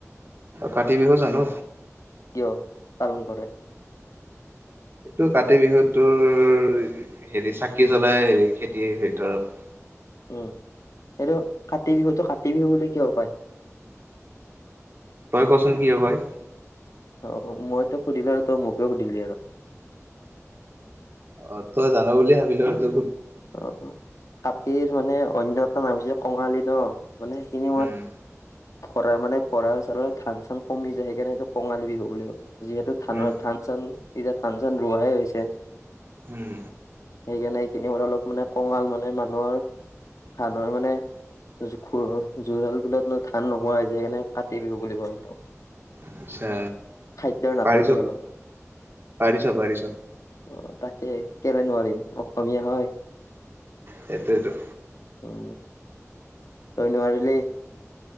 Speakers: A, on the right; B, on the left.
A: কাতি বিহু জানো।
B: কিয়, পালন কৰে?
A: এইটো কাতি বিহুটোৰ, হেৰি চাকি জ্বলাই হেৰি খেতিৰ ভিতৰত।
B: উম, সেইটো কাতি বিহুতটো কাতি বিহু বুলি কিয় কয়?
A: তই ক'চোন কিয় হয়?
B: অ', মই তোক সুধিলো আৰু তই মোকে সুধিলি আৰু।
A: অ', তই জানো বুলি ভাবিলো ত
B: অ', কাতিৰ মানে অন্য এটা নাম হৈছে কঙালী ন? মানে সেইখিনি সময়ত
A: উম,
B: ভৰা মানে ভঁৰাল চলাৰ ধান চান কমি যায় সেইকাৰণে এইটোক কঙালী বিহু বুলি কয়। যিহেতু ধানৰ
A: উম,
B: ধান চান এতিয়া ধান চান ৰোৱাহে হৈছে।
A: হুম।
B: সেইকাৰণে এইখিনি সময়ত অলপ মানে কঙাল মানে মানুহৰ ধানৰ মানে জোখুৰ জোৰালবিলাত ধান নোহোৱা হয় যায় সেইকাৰণে কাতি বিহু বুলি কয় এইটো।
A: পিছে
B: খাদ্যৰ নাটনি
A: <unintelligible>
B: অলপ
A: পাৰিছ পাৰিছ।
B: অ', তাকে কেলে নোৱাৰিম, অসমীয়া হয়।
A: সেইটোৱেটো।
B: উম। তই এনে <unintelligible>